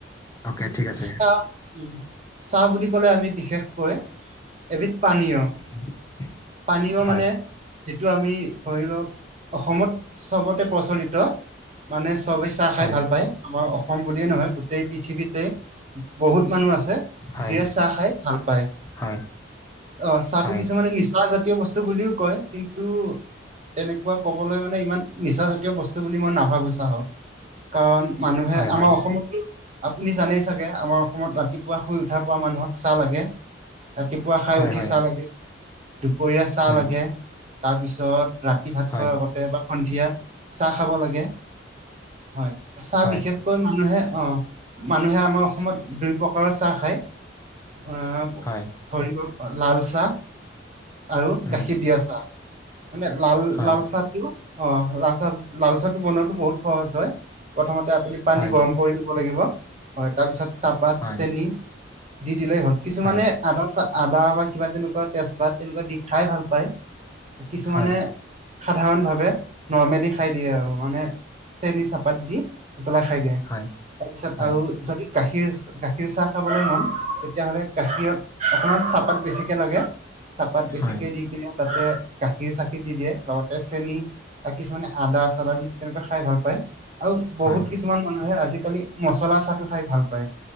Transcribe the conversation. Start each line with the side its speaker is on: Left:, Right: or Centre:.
Left: অ'কে ঠিক আছে।
Right: চাহ উম চাহ বুলি ক'লে আমি বিশেষকৈ এবিধ পানীয়।
Left: <inaudible>
Right: পানীয়
Left: হয়
Right: মানে যিটো আমি ধৰি লওক অসমত চবতে প্ৰচলিত মানে চবে চাহ খাই
Left: হয়
Right: ভাল পায় আমাৰ অসম বুলিয়ে নহয় গো টেই পৃথিৱীতেই বহুত মানুহ আছে
Left: হয়
Right: যিয়ে চাহ খাই ভাল পায়।
Left: হয়
Right: অহ চাহটো
Left: হয়
Right: কিছুমানে নিচা জাতীয় বস্তু বুলিও কয় কিন্তু তেনেকোৱা কবলৈ মানে ইমান নিচাজাতীয় বস্তু বুলি মই নাভাবো চাহক। কাৰণ মানুহে
Left: হয়
Right: আমাৰ
Left: হয়
Right: অসমত আপুনি জানেই চাগে আমাৰ অসমত ৰাতিপুৱা শুই উঠাৰ পৰা মানুহক চাহ লাগে। ৰাতিপুৱা খাই
Left: হয়
Right: উঠি
Left: হয়
Right: চাহ লাগে। দুপৰীয়া চাহ
Left: উম
Right: লাগে তাৰপিছত ৰাতি ভাত
Left: হয়
Right: খোৱাৰ আগত বা সন্ধিয়া চাহ খাব লাগে। হয় চাহ
Left: হয়
Right: বিশেষ কৈ মানুহে অ মানুহে আমাৰ অসমত দুই প্ৰকাৰৰ চাহ খায়। অ ধৰি
Left: হয়
Right: লওক লাল চাহ আৰু
Left: উম
Right: গাখীৰ দিয়া চাহ মানে লাল
Left: হয়
Right: লাল চাহটো অ লালচাহ লালচাহটো বনোৱাতো বহুত সহজ হয়। প্ৰথমতে আপুনি পানী
Left: হয়
Right: গৰম কৰি দিব লাগিব হয় তাৰপিছত চাহপাত,
Left: হয়
Right: চেনি দি দিলেই হ'ল। কিছুমানে
Left: হয়
Right: আদা চা আদা বা কিবা তেনেকোৱা তেজপাত তেনেকোৱা দি খাই ভাল পায়। কিছুমানে
Left: হয়
Right: সাধাৰণ ভাৱে নৰ্মেলি খাই দিয়ে আৰু মানে চেনী চাহপাত দি উতলাই খাই দিয়ে।
Left: হয়
Right: তাৰপিছত
Left: হয়
Right: আৰু যদি গাখীৰ আছ গাখীৰ চাহ খাবলে মন, তেতিয়াহ'লে গাখীৰত অকমান চাহপাত বেছিকে লাগে। চাহপাত বেছিকে
Left: হয়,
Right: দি কিনে তাতে গাখীৰ-চাখীৰ দি দিয়ে, লগতে চেনি। বা কিছুমানে আদা-চাদা দি তেনেকুৱা খাই ভাল পায়। আৰু বহুত
Left: হয়,
Right: কিছুমান মানুহে আজি-কালি মচলা চাহটো খাই ভাল পায়।